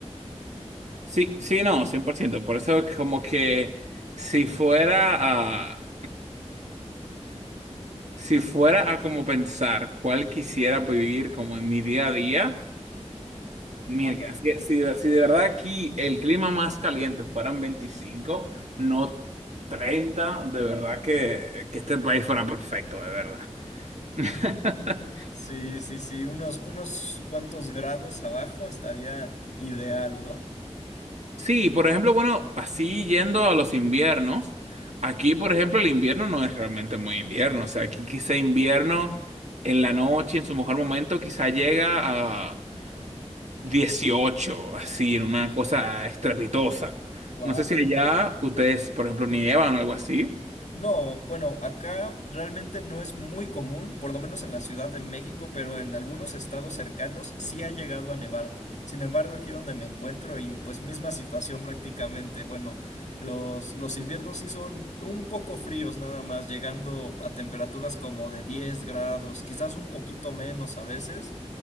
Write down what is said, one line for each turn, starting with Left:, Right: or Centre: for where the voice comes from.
Right: Sí, sí, no, cien Por ciento por eso es que como que si fuera a... Si fuera a como pensar cuál quisiera vivir como en mi día a día, mira,
Left: Ajá.
Right: si, si, si de verdad aquí el clima más caliente fueran veinticinco no treinta de verdad que, que este país fuera perfecto, de verdad. <laughs>
Left: Sí, sí, sí, unos, unos cuantos grados abajo estaría ideal, ¿no?
Right: Sí, por ejemplo, bueno, así yendo a los inviernos, aquí, por ejemplo, el invierno no es realmente muy invierno, o sea, aquí quizá invierno en la noche, en su mejor momento, quizá llega a 18, así, en una cosa estrepitosa.
Left: Wow.
Right: No sé si allá ustedes, por ejemplo, nievan o algo así.
Left: No, bueno, acá realmente no es muy común, por lo menos en la Ciudad de México, pero en algunos estados cercanos sí ha llegado a nevar. Sin embargo, aquí donde me encuentro y pues misma situación prácticamente, bueno, los, los inviernos sí son un poco fríos nada más, llegando a temperaturas como de 10 grados, quizás un poquito menos a veces